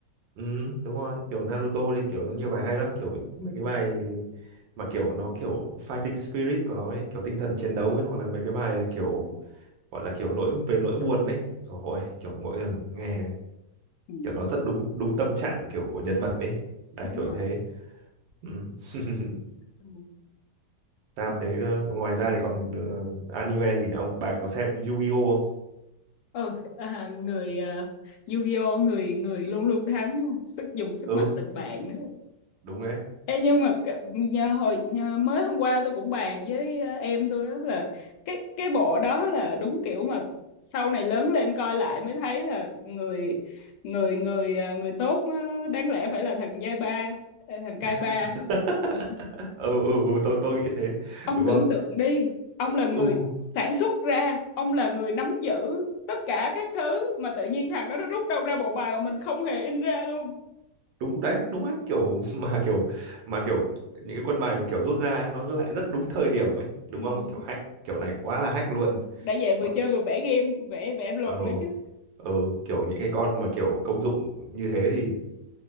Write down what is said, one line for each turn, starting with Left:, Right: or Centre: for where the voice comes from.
Right: Ừ, đúng rồi, kiểu Naruto thì kiểu nó nhiều bài hay lắm, kiểu mấy cái bài mà kiểu nó kiểu fighting spirit của nó ấy, kiểu tinh thần chiến đấu ấy hoặc là mấy cái bài kiểu gọi là kiểu nỗi về nỗi buồn ấy. Rồi ôi, kiểu mỗi lần nghe
Left: ừ,
Right: kiểu nó rất đúng đúng tâm trạng kiểu của nhân vật ấy. Đấy
Left: đúng
Right: kiểu
Left: rồi
Right: như thế. Ừ. <laughs>
Left: ừ.
Right: Sao
Left: ừ
Right: thế ờ, ngoài ra thì còn ờ, anime gì nữa không? Bà có xem Yu-Gi-Oh không?
Left: Ừ, à, người ờ, Yu-Gi-Oh người người luôn luôn thắng đúng không? sức dùng sức
Right: Ừ,
Left: mạnh tình bạn nữa
Right: đúng đấy.
Left: Ê, nhưng mà cái- nhà hồi nhà, mới hôm qua tôi cũng bàn với ờ, em tôi đó là cái cái bộ đó là đúng kiểu mà sau này lớn lên coi lại mới thấy là người người người ờ, người tốt ờ, đáng lẽ phải là thằng giai ba ờ, thằng cai
Right: <laughs>
Left: ba Ừ.
Right: ừ, ừ, ừ, tôi tôi nghĩ thế
Left: ông
Right: đúng
Left: tưởng
Right: không
Left: tượng đi ông là
Right: ừ
Left: người sản xuất ra ông là người nắm giữ tất cả các thứ mà tự nhiên thằng đó nó rút đâu ra bộ bài mà mình không hề in ra luôn
Right: đúng đấy đúng đấy kiểu <laughs> mà kiểu mà kiểu những cái quân bài mà kiểu rút ra ấy, nó lại rất đúng thời điểm ấy đúng
Left: ừ.
Right: không kiểu hack kiểu này quá là hack luôn
Left: đã vậy vừa
Right: Bọn-
Left: chơi vừa vẽ game vẽ vẽ luật
Right: ờ
Left: nữa chứ
Right: ờ kiểu những cái con mà kiểu công dụng như thế thì